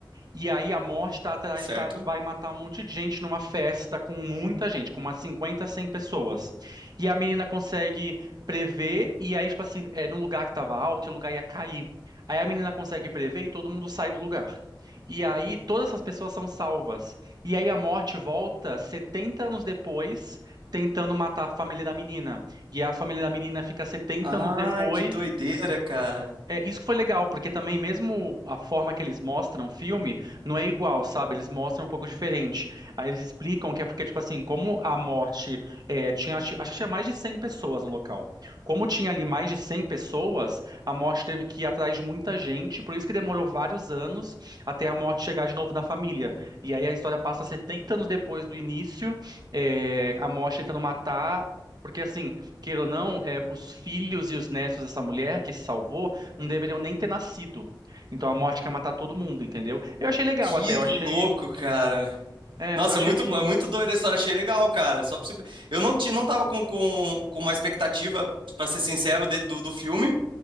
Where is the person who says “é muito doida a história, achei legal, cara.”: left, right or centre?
Right